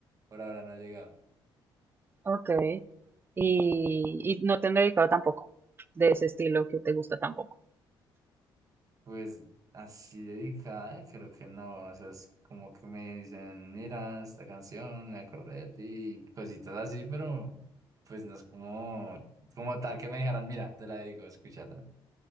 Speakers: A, on the right; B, on the right.
A: por ahora no ha llegado.
B: ok, y, y no te han dedicado tampoco de ese estilo que te gusta tampoco.
A: Pues así dedicada, creo que no, o sea, es como que me dicen, mira, esta canción, me acordé de ti, y cositas así, pero pues no es como, como tal que me dijeran, mira, te la dedico, escúchala,